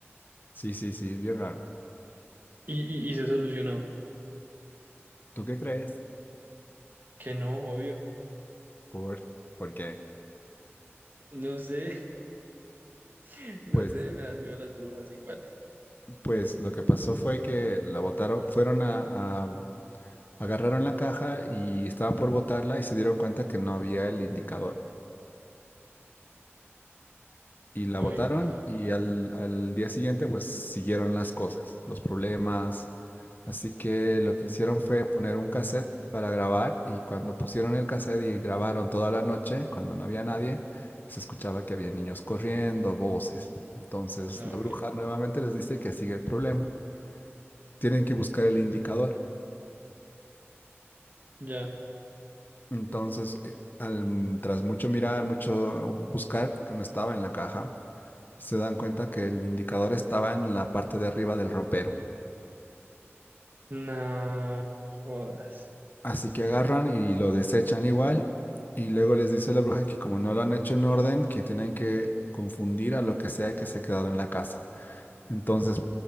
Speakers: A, on the left (about 45°); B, on the right (about 45°).
A: Sí, sí, sí, es bien raro.
B: Y, y, y se solucionó,
A: ¿Tú qué crees?
B: que no, obvio.
A: ¿Por, por qué?
B: No sé, <laughs> no
A: Pues,
B: sé, me dan miedo las brujas igual.
A: pues lo que pasó fue que la botaron, fueron a, a- agarraron la caja y estaban por botarla y se dieron cuenta que no había el indicador. y la
B: Ay,
A: votaron
B: ca-
A: y al, al día siguiente pues siguieron las cosas, los problemas. Así que lo que hicieron fue poner un cassette para grabar y cuando pusieron el cassette y grabaron toda la noche, cuando no había nadie, se escuchaba que había niños corriendo, voces. Entonces
B: no,
A: la bruja
B: qué loco.
A: nuevamente les dice que sigue el problema. Tienen que buscar el indicador.
B: Ya,
A: Entonces, eh, al- tras mucho mirar, mucho uh, buscar, porque no estaba en la caja, se dan cuenta que el indicador estaba en la parte de arriba del ropero.
B: no, jodas,
A: Así que agarran y lo desechan igual. Y luego les dice la bruja que como no lo han hecho en orden, que tienen que confundir a lo que sea que se ha quedado en la casa. Entonces,